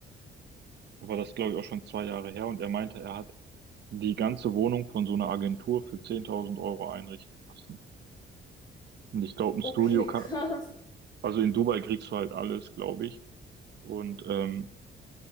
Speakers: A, on the right (about 60°); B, on the left (about 20°).
A: War das, glaube ich, auch schon zwei Jahre her. Und er meinte, er hat die ganze Wohnung von so einer Agentur für 10.000 Euro einrichten lassen. Und ich glaube, ein
B: Okay,
A: Studio ka-
B: <laughs> krass.
A: Also in Dubai kriegst du halt alles, glaube ich. Und ähm,